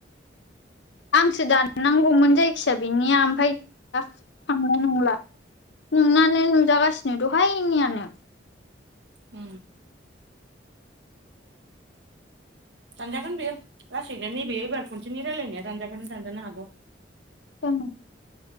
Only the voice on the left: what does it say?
आंसो दाननांगौमोन जायखिजया बेनिया ओमफ्राय थांनाय नंला नोंनानो नुजागासिनो दहायनियानो
दङो